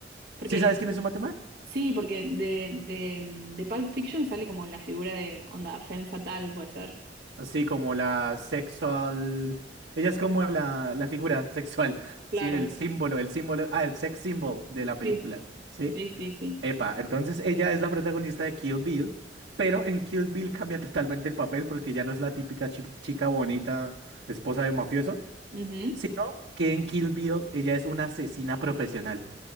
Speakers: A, on the right; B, on the right.
A: Porque,
B: ¿Sí sabes quién es Uma
A: sí, porque de, de, de Pulp Fiction sale como la figura de, onda, femme fatale puede ser.
B: Sí, como la sexual. Ella es como la, la figura <laughs> sexual,
A: Claro,
B: sí, el símbolo, el símbolo, ah, el sex symbol de la película,
A: sí,
B: ¿sí?
A: sí, sí, sí.
B: Epa, entonces ella es la protagonista de Kill Bill, pero en Kill Bill cambia <laughs> totalmente el papel porque ya no es la típica chi- chica bonita, esposa de mafioso,
A: Ujú.
B: sino que en Kill Bill ella es una asesina profesional.